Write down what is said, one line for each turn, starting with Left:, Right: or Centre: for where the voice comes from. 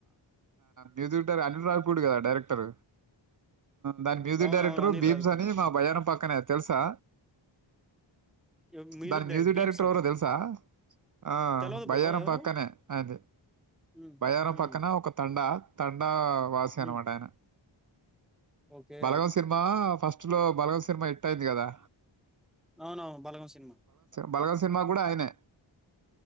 Right: మ్యూజిక్ట అనిల్ రావుపుడే కదా డైరెక్టర్ దాని మ్యూజిక్
Centre: అవును
Right: డైరెక్టర్
Centre: అవును అనిల్
Right: భీమ్స్
Centre: రావిపూడి
Right: అని
Centre: గారు
Right: మా భయాన పక్కనే అంది తెలుసా
Centre: ఎవ్-
Right: దానికి
Centre: డైరెక్ట్
Right: మ్యూజిక్
Centre: భీమ్సా
Right: డైరెక్టర్ ఎవరో తెలుసా ఆ
Centre: తెలియదు
Right: బయ్యారం
Centre: బ్రో ఎవరు
Right: పక్కనే అది
Centre: ఉమ్,
Right: బయ్యారం
Centre: ఉమ్,
Right: పక్కన ఒక తండా తడ్ తండా వాసి
Centre: ఉమ్,
Right: అనమాటా ఆయన
Centre: ఓకే
Right: బలగంమ సినిమా ఫస్ట్ స్లో బలస సినిమా హిట్ అయింది కదా
Centre: అవునువును బాగం సినిమా
Right: బలగాం సినిమా కూడా ఆయనే